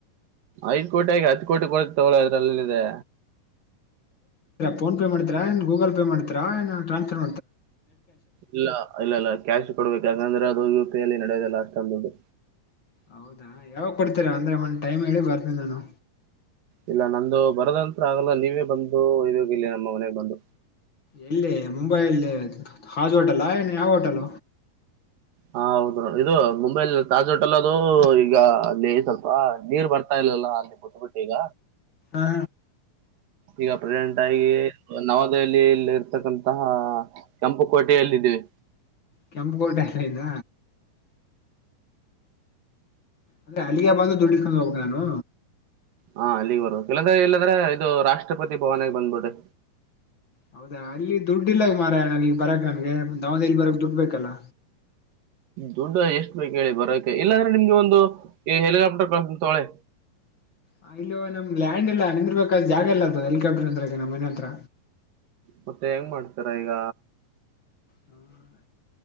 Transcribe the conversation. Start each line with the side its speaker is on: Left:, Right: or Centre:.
Right: ಐದ ಕೋಟಿ ಆಗಿ ಹತ್ತು ಕೋಟಿ ಕೊಡತವಳ ಅದ್ರಲ್ಲಿದೆ
Left: ಫೋನ್ಪೇ ಮಾಡ್ತಿರಾ ಏನು ಗೂಗಲ್ ಪೇ ಮಾಡ್ತೀರಾ ಏನು ಟ್ರಾನ್ಫರ್
Right: ಇಲ್ಲ ಇಲ್ಲ ಇಲ್ಲ ಕ್ಯಾಶ್ ಕೊಡ್ಬೇಕು ಯಾಕಂದ್ರೆ ಅದು ಯು ಪಿ ಅಲ್ಲಿ ನಡೆಯೋದಲ್ಲ ಅಷ್ಟೊಂದು ದುಡ್ಡು
Left: ಹೌದಾ ಯಾವಾಗ ಕೊಡ್ತೀರಾ ಅಂದ್ರೆ ಮನ್ ಟೈಮ್ ಹೇಳಿ ಬರ್ತೀನಿ ನಾನು
Right: ಇಲ್ಲ ನಂದು ಬರದಂತ್ರ ಆಗಲ್ಲ ನೀವೇ ಬಂದು ಇೋಗ ಇಲ್ಲಿ ನಮ್ಮ ಮನೆಗ್ ಬಂದು
Left: ಎಲ್ಲಿ ಮುಂಬೈ ಇಲ್ಲಿ ಹಾಜ್ ಹೋಟೆಲ್ಾ ಏನ ಯಾವ ಹೋಟೆಲ್
Right: ಹ ಹೌದು ಇದು ಮುಂಬೈಲಿ ತಾಜ್ ಹೋಟೆಲ್ಲ ಅದು ಈಗ ಅಲ್ಲಿ ಸ್ವಲ್ಪ ನೀರ್ ಬರ್ತಾ ಇಲ್ಲ ಲ್ಲಾ ಅೆ ಗೊತ್ತು ಬಿಟ್ಟು ಈಗ
Left: ಹಾ
Right: ಈಗ ಪ್ರೆಸೆಂಟ್ ಆಗಿ ನವದೆಹಲಿಿಯ ಇರ್ತಕ್ಕಂತಹ ಕೆಂಪು ಕೋಟೆಯಲ್ಲ ಇದೀವಿ
Left: ಕೆಂಪು ಕೋಟೆ ಎಲ್ಲ ಇದ ಅಂದ್ರೆ ಅಲ್ಲಿಯ ಬಂದು ದುಡ್ಡಿಕೊಂಡ್ ಹೋಗ ನಾನು
Right: ಹಾ ಅಲ್ಲಿಗೆ ಬರುವ ಕೆಲಂದ್ರ ಇಲ್ಲದ್ರೆ ಇದು ರಾಷ್ಟ್ರಪತಿ ಭವನಗೆ ಬಂದಬೋದೆ
Left: ಹೌದಾ ಅಲ್ಲಿ ದುಡ್ ಇಲ್ಲ ಮಾರ ನನ್ಗ್ ಬರಕ್ ನನ್ಗೆ ದವದಿಯಲಿ ಬರಕ್ ದುಡ್ ಬೇಕಲ್ಲ
Right: ದುಡ್ಡ ಎಷ್ಟು ಬೇಕ ಕೇಳಿ ಬರೋಕೆ ಇಲ್ಲಾಂದ್ರೆ ನಿಮ್ಗೆ ಒಂದು ಈ ಹೆಲಿಕಾಪ್ಟರ್ ಕ ತೊಳೆ
Left: ಹ ಇಲ್ಲೋ ನಮ್ ಲ್ಯಾಂಡ್ ಇಲ್ಲ ನಿಂದರ್ಬೇಕಾದ್ ಜಾಗ ಇಲ್ಲ ಅದು ಹೆಲಿಕಾಪ್ಟರ್ ಅಂದತ್ರ ನಮ್ಮ ಮನೆ ಹತ್ರ
Right: ಮತ್ತೆ ಹೆಂಗ ಮಾಡ್ತರ ಈಗ
Left: ಹ್ಮ